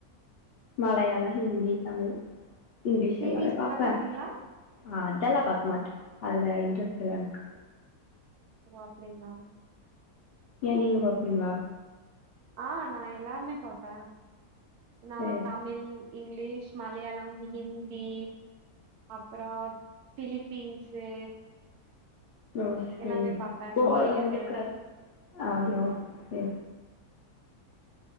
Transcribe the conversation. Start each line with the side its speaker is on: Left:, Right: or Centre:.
Left: மலையாளம் ஹிந்தி தமிழ் இங்கிலீஷ்
Right: சீரீஸ்
Left: எல்லாமே பாப்பே
Right: எல்லா பாப்பீங்களா
Left: ஆஹ் அதெல்லா பாக் க்க மாட்டே அதுல இன்ட்ரெஸ்ட் இல்ல எனக்கு
Right: ஓ அப்படிங்களா
Left: ஏன் நீங்க பாப்பீங்களா
Right: ஆஹ் நா எல்லாருமே பாப்பே நா
Left: சேரி
Right: தமிழ் இங்கிலீ மலையாளம் ஹிந்தி அப்புறோ பிலிப்பீன்ஸு
Left: ஓ
Right: எல்லாமே
Left: சரி
Right: பாப்பே
Left: தோ
Right: கொரியனு
Left: உங்களுக்கு அயோ சரி